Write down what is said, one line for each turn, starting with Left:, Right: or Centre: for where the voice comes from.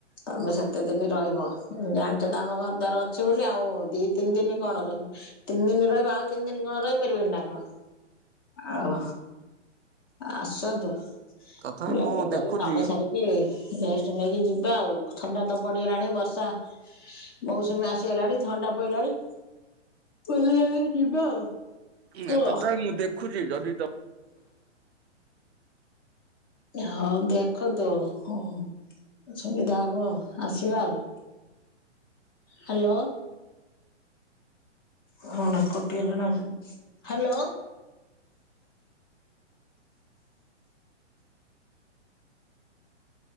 Left: ତମେ ସେତେ ଦିନ ରହିବ ଜାଣିଛ ତ ଆମ ଘର ଦ୍ୱାର ଅଛି ବୋଲି ଆଉ ଦି ତିନି ଦିନ କଣ ରହିମି। ତିନି ଦିନ ରହିବ ଆଉ ତିନି ଦିନ କଣ ରହିପାରିବନି ନା କଣ? ଆଉ, ଆସନ୍ତୁ ବୁଲାବୁଲି
Right: ତଥାପି ମୁଁ ଦେଖୁଛି
Left: କରିକି କାମ ସାରି କି, ରେଷ୍ଟ ନେଇକି ଯିବେ ଆଉ ଥଣ୍ଡା ତ ପଡିଗଲାଣି ବର୍ଷା। ମୌସୁମୀ ଆସିଗଲାଣି ଥଣ୍ଡା ପଇଲାଣି ବୁଲି ବାଲିକି ଯିବ ଆଉ।
Right: ନା
Left: କୁହ?
Right: ତଥାପି ମୁଁ ଦେଖୁଛି ଯଦି ତ
Left: ହଉ ଦେଖନ୍ତୁ ହୁଁ ସୁବିଧା ହବ ଆସିବେ ଆଉ। ହ୍ୟାଲୋ। ଫୋନ୍ କଟିଗଲା ନା କଣ, ହ୍ୟାଲୋ।